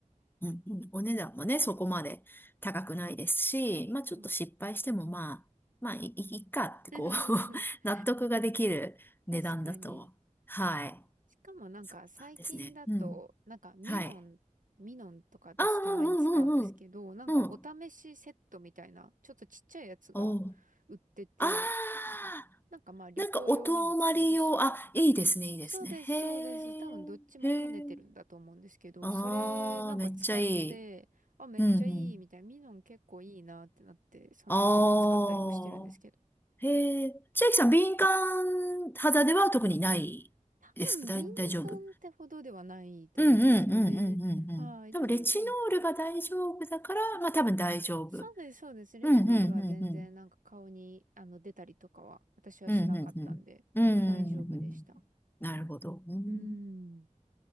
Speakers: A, on the left (about 15°); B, on the right (about 80°).
A: う、うんうん、お値段もね、そこまで高くないですし、まあちょっと失敗してもまあ、
B: そう。
A: まあいい、いっかってこう
B: <laughs>
A: <laughs> 納得ができる値段だと。
B: 確かに。
A: はい。
B: しかもなんか最近だと、
A: そうなんですね。うん。
B: なんかミノン、
A: はい。
B: ミノンとか私たまに使うんですけど、
A: ああ、うんうんうんうん。
B: なんかお試しセットみたいな、
A: うん。
B: ちょっとちっちゃいやつが
A: おう。
B: 売ってて、
A: ああ、
B: なんかまあ旅行用にも使えるし。
A: なんかお泊まり用、あ、
B: あ、
A: いいですね、いいですね。
B: そうです、
A: へえ、
B: そうです。多分どっちも兼ねてるんだと思うんですけど、
A: へえ。ああ、
B: それなんか使って、
A: めっちゃいい。
B: あ、めっちゃいいみたいな、
A: うんうん。
B: ミノン結構いいなってなって、その後使ったりもしてるんですけど。
A: ああ、へえ。千秋さん、敏感肌では特にないですか大、
B: 多分敏感ってほどではないと思うんですよね。
A: 大丈夫。うんうんうんうんうんうん。
B: はい。
A: 多分、
B: でもなんか、
A: レチノールが大丈夫だから、
B: あ、
A: まあ多分大丈夫。
B: そうです、
A: うん
B: そうです。レチノールは全然なんか顔にあの出たりとかは私はしなかったんで大丈夫でした。
A: うんうんうん。うん、うん、うん。うん、うんうんなるほど。うん、
B: うーん。